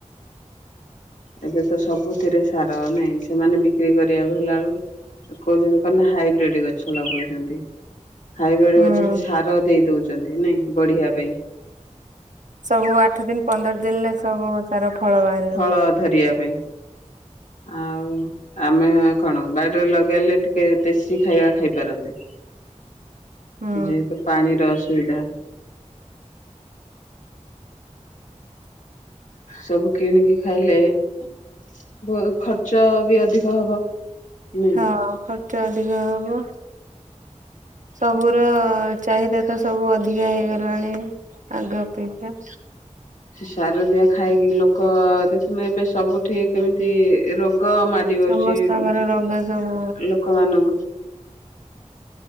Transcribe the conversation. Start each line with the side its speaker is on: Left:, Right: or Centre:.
Left: ଏବେ ତ ସବୁଥିରେ ସାର ନାଇଁ ସେମାନେ ବିକ୍ରି କରିବାକୁ ହେଲା ବେଳୁ କହୁଛନ୍ତି କଣ ନା ହାଇବ୍ରିଡ ଗଛ ଲଗଉଛନ୍ତି। ହାଇବ୍ରିଡ଼
Right: ହୁଁ
Left: ଗଛରେ ସାର ଦେଇ ଦଉଚ ଯାନ୍ତି ନାଇଁ ବଢିବା ପାଇଁ।
Right: ସବୁ ଆଠ ଦିନ ପନ୍ଦର ଦିନିଲେ ସବୁ ତାର ଫଳ ବାହାରିବ
Left: ଫଳ ଧରିବା ପାଇଁ। ଆଉ ଆମେ କଣ ବାଡ଼ିରେ ଲଗେଇଲେ ଟିକେ ଦେଶୀ ଖାଇବା ଖାଇପାରନ୍ତେ।
Right: ହୁଁ
Left: ଯେହେତୁ ପାଣିର ଅସୁବିଧା। ସବୁ କିଣିକି ଖାଇଲେ <inaudible> ବ ଖର୍ଚ୍ଚ ବି ଅଧିକ ହବ। ନାଇଁ।
Right: ହଁ ଖର୍ଚ୍ଚ ଚ ଅଧିକ ହବ। ସବୁର ଚାହିଦା ତ ସବୁ ଅଧିକା ହେଇଗଲାଣି। ଆଗ ଅପେକ୍ଷା
Left: ସେ ସାର ଦିଆ ଖାଇକି ଲୋକ ଦେଖୁନ ଏବେ ସବୁଠି କେମିତି ରୋଗ। ଆଗ ମାଡି ବସିଚି
Right: ସମସ୍ତଙ୍କର ରୋଗ
Left: <inaudible>
Right: ସବୁ
Left: ଲୋକମାନାନଙ୍କୁ।